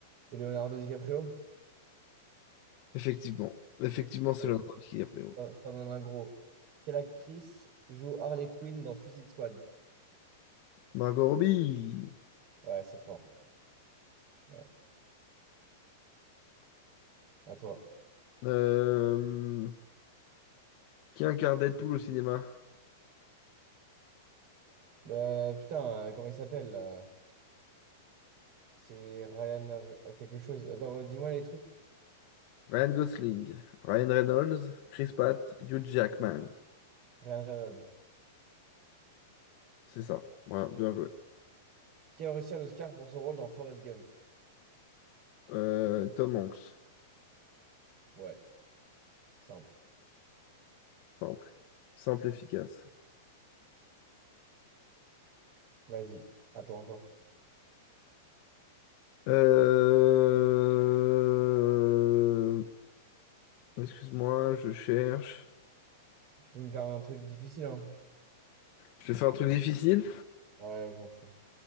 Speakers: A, on the right; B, on the left.
A: C'est Leonardo DiCaprio?
B: Effectivement. Effectivement, c'est
A: Oui.
B: l'un qui est pris.
A: Je t'en donne un gros. Quelle actrice joue Harley Quinn dans Suicide Squad?
B: Margot Robbie.
A: Ouais, c'est fort. Ouais, à toi.
B: Euh, Qui incarne Deadpool au cinéma?
A: Bah, putain, euh, comment il s'appelle là C'est Ryan R- quelque chose. Attends, re- dis-moi les trucs.
B: Ryan Gosling, Ryan Reynolds, Chris Pratt, Hugh Jackman.
A: Ryan Reynolds.
B: C'est ça. Voilà, bien joué.
A: Qui a reçu un Oscar pour son rôle dans Forrest Gump?
B: Euh, Tom Hanks.
A: Ouais, simple.
B: Simple. Simple, efficace.
A: Vas-y, Attends encore.
B: Euh, Excuse-moi, je cherche.
A: Tu peux me faire un truc difficile, hein?
B: Je te fais un truc difficile.
A: Ouais, je m'en fous.